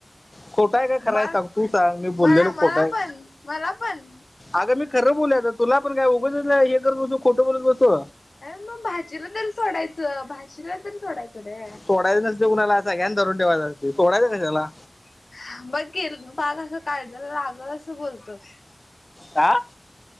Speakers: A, on the left (about 25°); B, on the left (about 65°).
A: खोटं आहे का खरं
B: म मंग
A: आहे सांग तू सांग मी बोललेलो
B: मलां मलां
A: खोटं आहे
B: पणं मलां पणं.
A: अगं मी खरं बोलतो तुलां पणं कायं उघचं हे खोटं बोलतं होतो
B: नाहींतरं भाचीलां तरी सोडायचं. भाजीला तरी सोडायचं रे
A: सोडायचं नसतं कुणालां सगळ्यांना धरूंन ठेवायचं असतं सोडायचं कशालां.
B: <unintelligible>
A: कां.